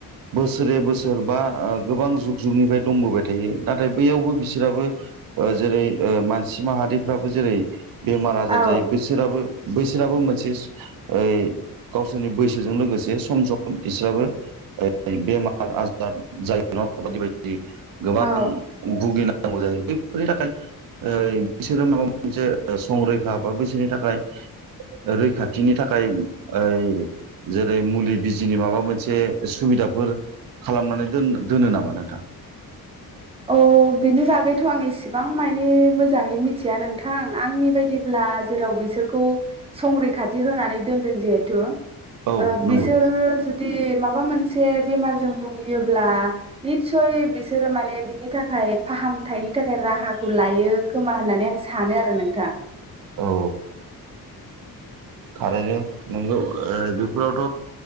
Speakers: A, on the right; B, on the right.
A: बोसोरे बोसोर बा गोबां जुग-जुगनिफ्राय दंबोबाय थायो नाथाय बैयावबो बिसोराबो ओ जेरै ओ मानसि माहारिफ्राबो जेरै बेमार आजार
B: औ
A: जायो बेसोराबो बैसोराबो मोनसे ओइ गावसोरनि बैसोजों लोगोसे सम सम इसोराबो बेमार आजार जायो नङा होमबा बायदि बायदि गोबां
B: औ
A: भुगिनांगौ जायो। बैफोरनि थाखाय ओ बिसोरो माबा मोनसे संरैखा बा बैसोरनि थाखाय रैखाथिनि थाखाय ओइ जेरै मुलि बिजिनि माबा मोनसे सुबिदाफोर खालामनानै दोन दोनो नामा नोंथाङा?
B: अ बिनि बागैथ' आं इसिबां माने मोजाङै मिथिया नोंथां आंनि बायदिब्ला जेराव बिसोरखौ संरैखाथि होनानै दोनदों जहेथु
A: औ
B: ओ
A: नंगौ
B: बिसोरो जुदि मा माबा मोनसे बेमारजों भुगियोब्ला नितस्य बिसोरो माने बिनि थाखाय फाहामथायनि थाखाय राहाखौ लायो खोमा होननानै आं सानो आरो नोंथां।
A: औ थारैनो नोंगौ ओ बेफोरावथ